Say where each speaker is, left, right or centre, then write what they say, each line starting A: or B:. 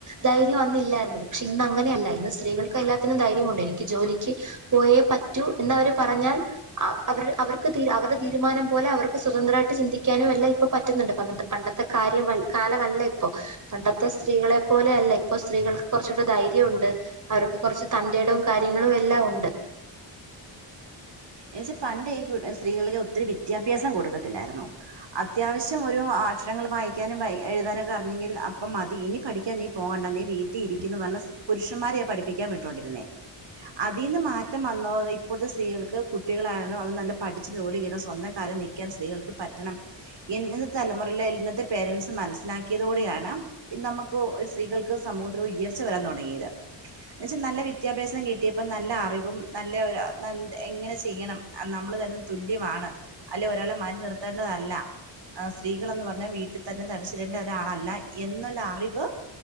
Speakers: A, on the right (about 40°); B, on the right (about 60°).
A: ധൈര്യം അന്നില്ലായിരുന്നു പക്ഷെ ഇന്ന് അങ്ങനെയല്ല ഇന്ന് സ്ത്രീകൾക്ക് എല്ലാത്തിനും ധൈര്യമുണ്ട് എനിക്ക് ജോലിക്ക് പോയേ പറ്റൂ എന്നവര് പറഞ്ഞാൽ അവ അവർക്ക് അവരുടെ തീരുമാനം പോലെ അവർക്ക് സ്വതന്ത്രമായിട്ട് ചിന്തിക്കാനും എല്ലാം ഇപ്പൊ പറ്റുന്നുണ്ട് പണ്ടത്തെ പണ്ടത്തെ കാര്യം കാലമല്ല ഇപ്പൊ പണ്ടത്തെ സ്ത്രീകളെ പോലെ അല്ല ഇപ്പൊ സ്ത്രീകൾക്ക് കുറച്ചൂടെ ധൈര്യം ഉണ്ട് അവർക്ക് കുറച്ച് തൻ്റെടവും കാര്യങ്ങളും എല്ലാം ഉണ്ട്
B: എന്ന് വച്ചാൽ പണ്ട് ഈ സ്ത്രീകൾക്ക് ഒത്തിരി വിദ്യാഭ്യാസം കൊടുക്കത്തില്ലായിരുന്നു അത്യാവശ്യം ഒരു അക്ഷരങ്ങൾ വായിക്കാനും എഴുതാനുമൊക്കെ അറിഞ്ഞെങ്കിൽ അപ്പം മതി ഇനി പഠിക്കാൻ നീ പോണ്ട നീ വീട്ടിൽ ഇരിക്കന്ന് പറഞ്ഞ് പുരുഷന്മാരെയാണ് പഠിക്കാൻ വിട്ടോണ്ടിരുന്നേ അതീന്ന് മാറ്റം വന്ന ഇപ്പോഴത്തെ സ്ത്രീകൾക്ക് കുട്ടികളായാലും അവര് നല്ല പഠിച്ച് ജോലി കിട്ടണം സ്വന്തം കാലിൽ നിൽക്കാൻ സ്ത്രീകൾക്ക് പറ്റണം ഇന്നത്തെ <unintelligible> തലമുറയില് ഇന്നത്തെ പേരൻറ്സ് മനസ്സിലാക്കിയതോടെയാണ്. നമുക്ക് സ്ത്രീകൾക്ക് സമൂഹത്തിൽ ഉയർച്ച വരാൻ തുടങ്ങിയത്. എന്നെച്ച നല്ല വിദ്യാഭ്യാസം കിട്ടിയപ്പൊ നല്ല അറിവും നല്ല എങ്ങനെ ചെയ്യണം. നമ്മള് തന്നെ തുല്യമാണ്. അല്ലെ ഒരാളെ മാറി നിർത്തേണ്ടതല്ല. ആ സ്ത്രീകളന്ന് പറ്ഞ്ഞാ വീട്ടിൽ തന്നെ തടച്ചിടെണ്ട ഒരാളല്ല എന്നുള്ള അറിവ്